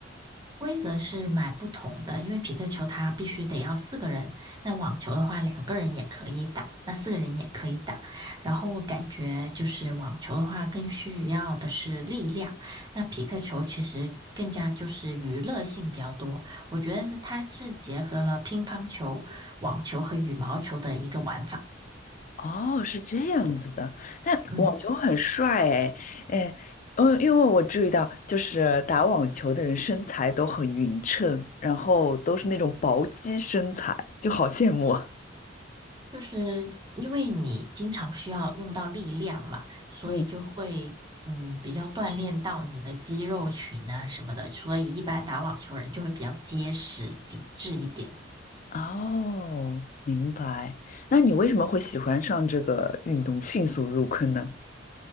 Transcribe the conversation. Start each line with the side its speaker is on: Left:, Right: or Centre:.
Right: 规则是蛮不同的，因为匹克球它必须得要四个人，那网球的话两个人也可以打，那四个人也可以打。然后我感觉就是网球的话更需要的是力量，那匹克球其实更加就是娱乐性比较多。我觉得它是结合了乒乓球、网球和羽毛球的一个玩法。
Left: 哦，是这样子的，但网球很帅哎，
Right: 嗯。
Left: 哎，嗯，因为我注意到，就是打网球的人身材都很匀称，然后都是那种薄肌身材，就好羡慕啊。
Right: 就是因为你经常需要用到力量嘛，所以就会嗯比较锻炼到你的肌肉群啊什么的，
Left: 嗯，
Right: 所以一般打网球人就会比较结实紧致一点。
Left: 哦，明白。那你为什么会喜欢上这个运动，迅速入坑呢？